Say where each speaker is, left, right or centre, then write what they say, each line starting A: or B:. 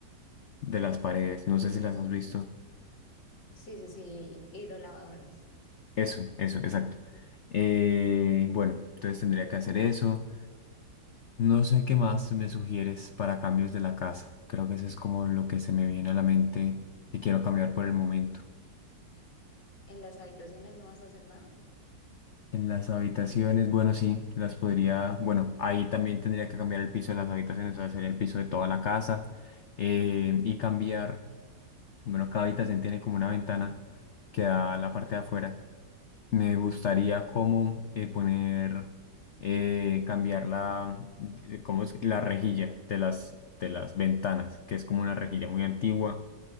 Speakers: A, on the left; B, on the left.
A: de las paredes. No sé si las has visto.
B: Sí, sí, sí, hidrolavadoras.
A: Eso, eso, exacto. Eh, bueno, entonces tendría que hacer eso. No sé qué más me sugieres para cambios de la casa. Creo que eso es como lo que se me viene a la mente que quiero cambiar por el momento.
B: En las habitaciones no vas a hacer nada.
A: En las habitaciones, bueno, sí, las podría, bueno, ahí también tendría que cambiar el piso de las habitaciones, o sea, sería el piso de toda la casa eh, y cambiar, bueno, cada habitación tiene como una ventana que da a la parte de afuera. Me gustaría como eh, poner, eh, cambiar la, eh, ¿cómo es? la rejilla de las, de las ventanas, que es como una rejilla muy antigua.